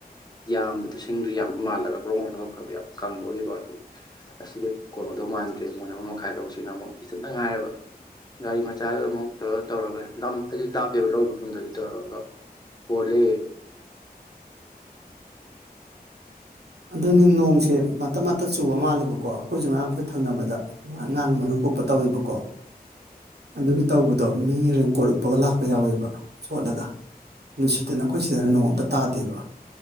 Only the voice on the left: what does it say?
ꯌꯥꯝꯕꯗꯣ ꯁꯤꯡꯗꯨ ꯌꯥꯝꯕ ꯃꯥꯜꯂꯒ ꯒ꯭ꯔꯣꯛ ꯃꯗꯣꯛꯈ꯭ꯔꯕ ꯌꯥꯝ ꯀꯪꯕ ꯑꯣꯏꯀꯣ ꯍꯥꯏ ꯑꯁꯤꯗꯤ ꯀꯣꯟꯒꯗꯧ ꯃꯥꯟꯗ꯭ꯔꯦ ꯃꯣꯟ ꯑꯃ ꯃꯈꯥꯏ ꯂꯧꯁꯤꯅ ꯑꯃꯨꯛ ꯏꯊꯟꯇ ꯉꯥꯏꯔꯕ ꯒꯥꯔꯤ ꯃꯆꯥꯗꯨꯗ ꯑꯃꯨꯛ ꯇꯧꯔ ꯇꯧꯔꯒ ꯑꯗꯨ ꯂꯥꯞꯄꯦꯕ ꯂꯧꯔꯤꯕ ꯃꯐꯝꯗꯣ ꯑꯗꯨ ꯇꯧꯔꯒ ꯀꯣꯜꯂꯦ